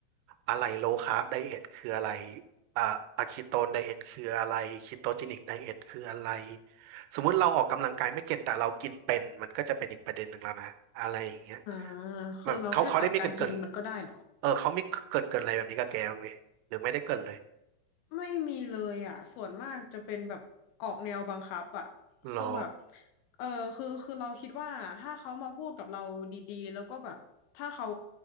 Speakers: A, on the right; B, on the left.
A: อะไรโลคาร์บไดเอทคืออะไรอ่าอะคีโตนไดเอทคืออะไรคีโตจินิกไดเอทคืออะไรสมมุติเราออกกำลังกายไม่เก่งแต่เรากินเป็นมันก็จะเป็นอีกประเด็นหนึ่งแล้วนะอะไรอย่างเงี้ย
B: อ่าคือเราแค่ปรับการกินมันก็ได้เหรอ
A: แบบเขาเขาได้มีเกรินเกินเออเขามีเกรินเกินอะไรแบบนี้กับแกบ้างไหมหรือไม่ได้เกรินเลย
B: ไม่มีเลยอ่ะส่วนมากจะเป็นแบบออกแนวบังคับอ่ะคือแบบ
A: รอ
B: เออคือคือเราคิดว่าถ้าเขามาพูดกับเราดีๆแล้วก็แบบถ้าเขา